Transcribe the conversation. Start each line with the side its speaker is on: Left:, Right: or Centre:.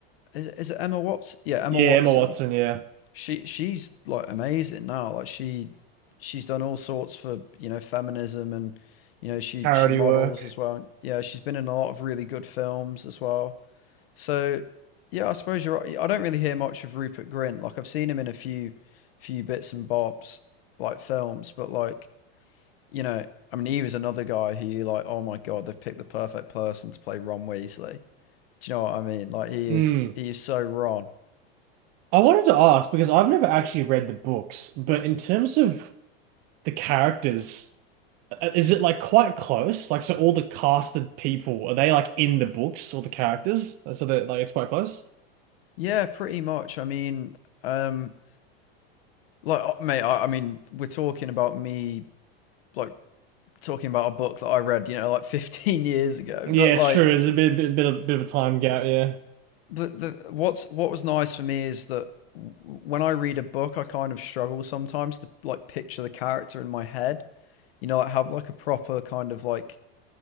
Left: is, is it Emma Watson? Yeah, Emma
Right: Yeah,
Left: Watson.
Right: Emma Watson, yeah.
Left: She she's like amazing now. Like she she's done all sorts for you know feminism and you know she
Right: Parody
Left: she models
Right: work.
Left: as well. Yeah, she's been in a lot of really good films as well. So yeah, I suppose you're right. I don't really hear much of Rupert Grint. Like I've seen him in a few few bits and bobs, like films, but like, you know, I mean he was another guy who you like, oh my god, they've picked the perfect person to play Ron Weasley. Do you know what I mean? Like he
Right: Mm.
Left: is he is so Ron.
Right: I wanted to ask because I've never actually read the books, but in terms of the characters, uh, uh, is it like quite close? Like, so all the casted people, are they like in the books, all the characters? Uh, So that like, it's quite close?
Left: Yeah, pretty much. I mean, um like uh, mate, I, I mean, we're talking about me like talking about a book that I read, you know, like <laughs> 15 years ago,
Right: Yeah,
Left: but like
Right: true. There's a bit, bit, bit, of, bit of a time gap, yeah.
Left: the, the what's what was nice for me is that when I read a book, I kind of struggle sometimes to like picture the character in my head. You know, like have like a proper kind of like